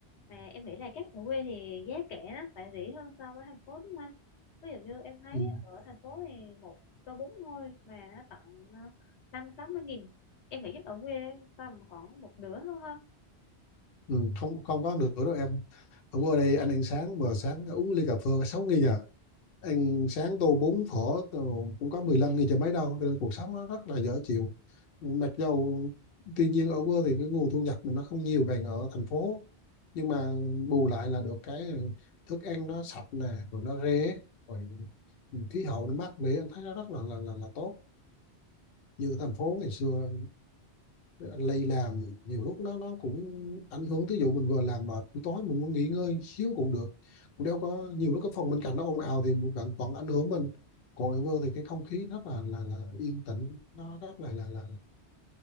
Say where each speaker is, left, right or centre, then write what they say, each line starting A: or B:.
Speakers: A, on the left; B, on the left.
A: Mà em nghĩ là chắc ở quê thì giá cả nó phải rẻ hơn so với thành phố đúng không anh? Ví dụ như em thấy
B: ừ.
A: ở thành phố thì một tô bún thôi mà nó tận ờ, năm sáu mươi nghìn. Em nghĩ chắc ở quê tầm khoảng một nửa thôi ha.
B: Ừ. không không có nữa đâu em ở qua đây anh ăn sáng mà sáng uống ly cà phê sáu nghìn à ăn sáng tô bún phở đồ cũng có mười lăm nghìn chả mấy đâu cho nên cuộc sống nó rất là dở chịu mặc dầu tuy nhiên ở quê thì cái nguồn thu nhập mình nó không nhiều bằng ở thành phố nhưng mà bù lại là được cái thức ăn nó sạch nè rồi nó rẻ rồi khí hậu nó mát mẻ anh thấy nó rất là là là, là tốt như ở thành phố ngày xưa lây làm nhiều lúc nó nó cũng ảnh hưởng ví dụ mình vừa làm mệt buổi tối mình muốn nghỉ ngơi xíu cũng được cũng đâu có nhiều lúc cái phòng bên cạnh nó ồn ào thì bạn vẫn ảnh hưởng mình còn ở vơ thì cái không khí rất là là, là yên tĩnh nó rất là là là,